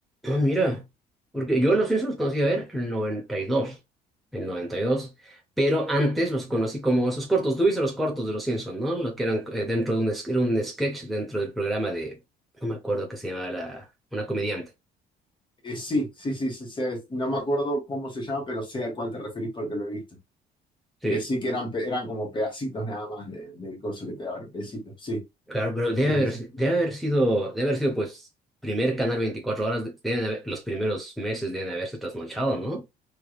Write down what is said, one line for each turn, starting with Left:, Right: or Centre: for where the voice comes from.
Centre: Ah, mira, porque yo los Simpsons los conocí, a ver, en noventa y dos en noventa y dos pero antes los conocí como esos cortos, tú viste los cortos de los Simpsons, ¿no? Lo que eran eh, dentro de un, es- era un sketch dentro del programa de, no me acuerdo qué se llamaba la, una comediante.
Left: Eh, sí, sí, sí, sí, sé- no me acuerdo cómo se llama, pero sé a cuál te referís porque lo he visto.
Centre: Sí.
Left: que sí que eran, pe- eran como pedacitos nada más de- del coso que te daban al principio. Sí,
Centre: Claro, pero debe
Left: sí,
Centre: haber,
Left: sí, sí.
Centre: si- debe haber sido, debe haber sido pues primer canal veinticuatro horas, de- deben haber- los primeros meses deben haberse trasnochado, ¿no?